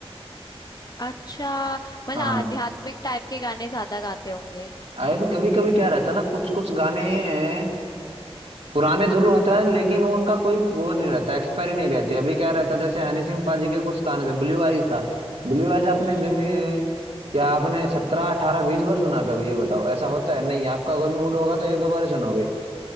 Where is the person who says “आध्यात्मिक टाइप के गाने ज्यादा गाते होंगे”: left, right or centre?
Left